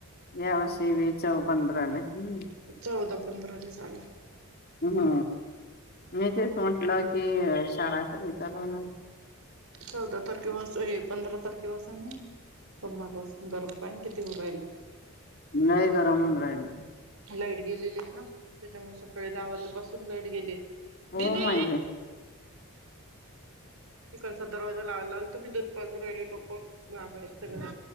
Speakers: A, on the left; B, on the right.
A: यावर्षी बी <unintelligible> हम्
B: चौदा, पंधरालय झालंय.
A: हम्म मी तेच म्हटलं की शाळा कधी चालू होणारय.
B: चौदा तारखेपसून हे पंधरा तारखेपसून आहे सोमवार पासून <unintelligible> किती होऊ राहिलं.
A: नाही गरम होऊन राहिलं.
B: लाईट गेलेली आहे ना त्याच्यामुळे सकाळी दहा वाजल्या पासून लाईट गेलीय
A: हो
B: दीदी.
A: माहिती
B: तिकडचा. दरवाजा लावायला आलतो मी दूधपाजू राहिले तो पण बाबा ये घर